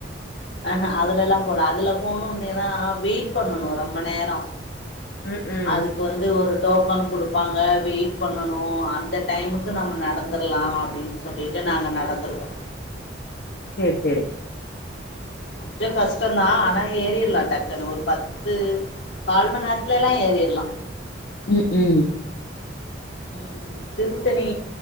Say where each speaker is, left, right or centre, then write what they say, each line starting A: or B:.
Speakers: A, on the left; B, on the left.
A: அஹ அதுலலா போல அதுல போணு அப்டினா வெயிட் பண்ணணு ரொம்ப நேரோ
B: ம் ம்
A: அதுக் வந்து ஒரு டோக்கன் குடுப்பாங்க வெயிட் பண்ணணு அந்த டைமுக்கு நம்ம நடந்துர்லா அப்டின் அப்டின்டு நாங்க நடந்துருவோ
B: செரி செரி
A: கொஞ்சோ கஷ்டோதா ஆனா ஏறிர்லா டக்குனு ஒரு பத்து கால்மண் நேர்த்துலலா ஏறிர்லா
B: ம் ம்
A: ம் திருத்தணி